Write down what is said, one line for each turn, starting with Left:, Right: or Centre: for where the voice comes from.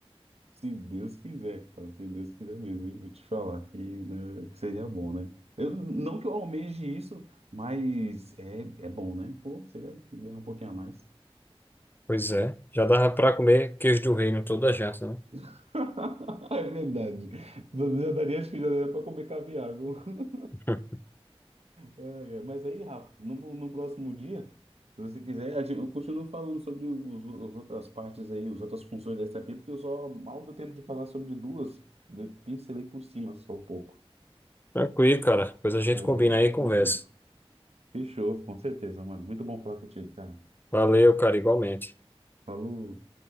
Right: Se Deus quiser, cara, se Deus quiser mesmo, eu vou te falar que né, seria bom, né? Eu, não que eu almeje isso, mas é, é bom, né? Pô, seria bom ganhar um pouquinho a mais.
Left: Pois é, já dava pra comer queijo do reino toda a janta, né?
Right: <laughs> É verdade. Já daria, acho que já daria para comer caviar, viu? <laughs>
Left: <laughs>
Right: É, é. Mas aí, Rafa, no, no próximo dia, se você quiser, a gente- eu continuo falando sobre os, as outras partes aí, as outras funções da SAP, porque eu só mal deu tempo de falar sobre duas, eu pincelei por cima só um pouco.
Left: Tranquilo, cara. Depois a gente
Right: É
Left: combina
Right: bem,
Left: aí e conversa.
Right: bem rico. Fechou, com certeza, mano. Muito bom falar contigo, cara.
Left: Valeu, cara, igualmente.
Right: Falou,